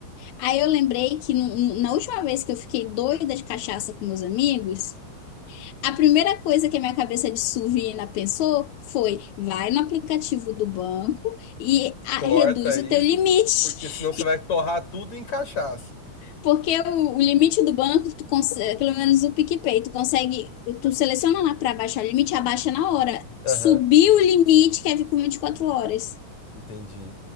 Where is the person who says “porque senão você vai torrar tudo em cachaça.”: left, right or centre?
Left